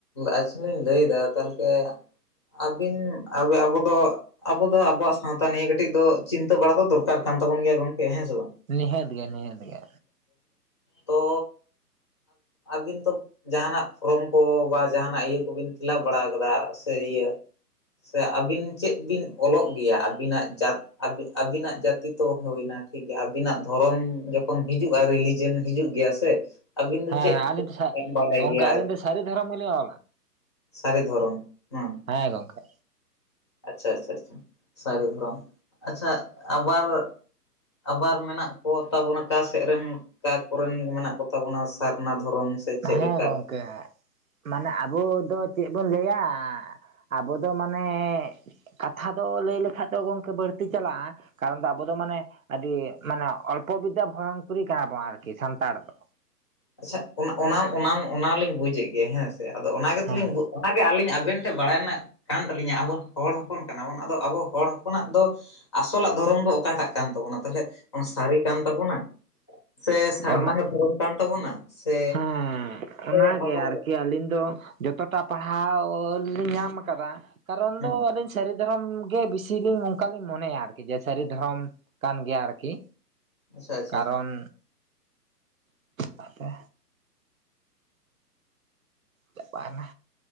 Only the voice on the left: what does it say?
ᱟᱪᱪᱷᱟᱞᱤᱧ ᱞᱟᱹᱭᱫᱟ ᱛᱟᱦᱞᱮᱞᱮ᱾ ᱟᱹᱵᱤᱱ ᱟᱵᱮ ᱟᱵᱚ ᱫᱚ ᱟᱵᱚ ᱫᱚ ᱟᱵᱚᱣᱟᱜ ᱥᱟᱶᱛᱟ ᱱᱤᱭᱟᱹ ᱠᱟᱹᱴᱤᱡ ᱫᱚ ᱪᱤᱱ <unintelligible> ᱵᱟᱲᱟ ᱫᱚ ᱫᱚᱠᱟᱨ ᱠᱟᱱ ᱛᱟᱵᱚᱱ ᱜᱮᱭᱟ ᱜᱚᱝᱠᱮ ᱦᱮᱸ ᱥᱮ ᱵᱟᱝ?
ᱛᱚ ᱟᱹᱵᱤᱱ ᱛᱚ᱾ ᱡᱟᱦᱟᱱᱟᱜ ᱯᱷᱨᱚᱢ ᱠᱚ ᱵᱟ ᱡᱟᱦᱟᱱᱟᱜ ᱤᱭᱟᱹ ᱠᱚᱵᱤᱱ ᱯᱷᱤᱞᱟᱯ ᱵᱟᱲᱟ ᱟᱠᱟᱫᱟ ᱥᱮ ᱤᱭᱟᱹ᱾ ᱥᱮ ᱟᱹᱵᱤᱱ ᱪᱮᱫ ᱵᱤᱱ ᱚᱞᱚᱜ ᱜᱮᱭᱟ ᱟᱹᱵᱤᱱᱟᱜ ᱡᱟᱛ ᱟᱹᱵ ᱟᱹᱵᱤᱱᱟᱜ ᱡᱟᱹᱛᱤ ᱛᱚ ᱦᱩᱭᱱᱟ ᱴᱷᱤᱠ ᱜᱮᱭᱟ ᱟᱹᱵᱤᱱᱟᱜ ᱫᱷᱚᱨᱚᱢ ᱡᱚᱠᱷᱚᱱ ᱦᱤᱡᱩᱜᱼᱟ ᱨᱤᱞᱤᱡᱮᱱ ᱦᱤᱡᱩᱜ ᱜᱮᱭᱟ ᱥᱮ᱾ ᱟᱹᱵᱤᱱ ᱫᱚ
ᱪᱮᱫ
ᱮᱢ ᱵᱟᱲᱟᱭ
ᱜᱮᱭᱟ
ᱥᱟᱹᱨᱤ ᱫᱷᱚᱨᱚᱢ ᱦᱩᱸ᱾
ᱟᱪᱪᱷᱟ ᱟᱪᱪᱷᱟ ᱟᱪᱪᱷᱟ ᱥᱟᱹᱨᱤ ᱫᱷᱚᱨᱚᱢ ᱟᱪᱪᱷᱟ ᱟᱵᱟᱨ᱾ ᱟᱵᱟᱨ ᱢᱮᱱᱟᱜ ᱠᱚ ᱛᱟᱵᱚᱱᱟ ᱠᱟ ᱥᱮᱫ ᱨᱮᱱ᱾ ᱠᱟᱠᱚᱨᱮᱱ ᱢᱮᱱᱟᱜ ᱠᱚ ᱛᱟᱵᱚᱱᱟ ᱥᱟᱨᱱᱟ ᱫᱷᱚᱨᱚᱢ᱾ ᱥᱮ ᱪᱮᱫ
ᱞᱮᱠᱟ
ᱟᱪᱪᱷᱟ ᱚᱱᱟ ᱚᱱᱟ ᱚᱱᱟᱞᱤᱧ ᱵᱩᱡᱮ ᱜᱮ ᱦᱮᱸ ᱥᱮ ᱟᱫᱚ ᱚᱱᱟ ᱜᱮᱛᱚᱞᱤᱧ
ᱵᱩ ᱚᱱᱟᱜᱮ ᱟᱹᱞᱤᱧ ᱟᱵᱮᱱ ᱴᱷᱮ ᱵᱟᱲᱟᱭ ᱨᱮᱱᱟᱜ᱾ ᱠᱟᱱ ᱛᱟᱞᱤᱧᱟ ᱟᱵᱚ ᱦᱚᱲ ᱦᱚᱯᱚᱱ ᱠᱟᱱᱟ ᱵᱚᱱ ᱟᱫᱚ ᱟᱵᱚ ᱦᱚᱲ ᱦᱚᱯᱚᱱᱟᱜ ᱫᱚ᱾ ᱟᱥᱚᱞᱟᱜ ᱫᱷᱚᱨᱚᱢ ᱫᱚ ᱚᱠᱟᱴᱟᱜ ᱠᱟᱱ ᱛᱟᱵᱚᱱᱟ ᱛᱟᱦᱚᱞᱮ ᱚᱱᱟ ᱥᱟᱹᱨᱤ ᱠᱟᱱ ᱛᱟᱵᱚᱱᱟ? ᱥᱮ ᱥᱟᱨᱱᱟ
ᱫᱷᱚᱨᱚᱢ ᱠᱟᱱ ᱛᱟᱵᱚᱱᱟ? ᱥᱮ
ᱥᱮ
ᱟᱵᱟᱨ
ᱦᱮᱸ
ᱟᱪᱪᱷᱟ ᱟᱪᱪᱷᱟ
ᱟᱪᱪᱷᱟ᱾